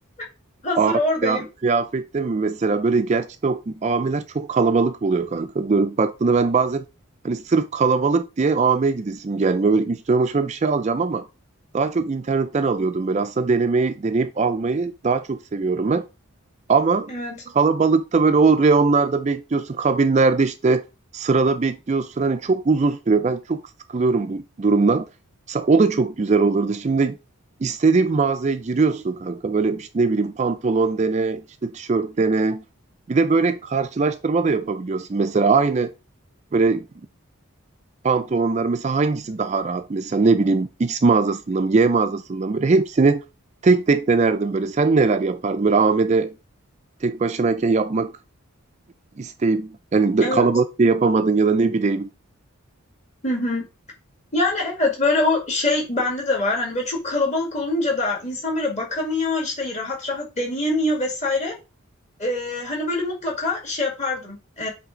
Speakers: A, on the left (about 30°); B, on the right (about 30°).
A: <laughs> Hazır
B: Aa,
A: oradayım.
B: ya, kıyafette mi mesela böyle gerçekten o amiler çok kalabalık oluyor kanka. Dönüp baktığında ben bazen hani sırf kalabalık diye AM'ye gidesim gelmiyor. Böyle üstüme başıma bir şey alacağım ama daha çok internetten alıyordum böyle. Aslında denemeyi, deneyip almayı daha çok seviyorum ben. Ama
A: Evet.
B: kalabalıkta böyle o reyonlarda bekliyorsun, kabinlerde işte sırada bekliyorsun. Hani çok uzun sürüyor. Ben çok sıkılıyorum bu durumdan. Mesela o da çok güzel olurdu. Şimdi istediğin mağazaya giriyorsun kanka. Böyle işte ne bileyim pantolon dene, işte tişört dene. Bir de böyle karşılaştırma da yapabiliyorsun. Mesela aynı böyle pantolonlar mesela hangisi daha rahat? Mesela ne bileyim X mağazasından mı, Y mağazasından mı? Böyle hepsini tek tek denerdim böyle. Sen neler yapardın? Böyle Ahmet'e tek başınayken yapmak isteyip yani da-
A: Evet.
B: kalabalık diye yapamadın ya da ne bileyim.
A: Hı hı. Yani evet böyle o şey bende de var. Hani böyle çok kalabalık olunca da insan böyle bakamıyor, işte rahat rahat deneyemiyor vesaire. Ee, hani böyle mutlaka şey yapardım. Ee,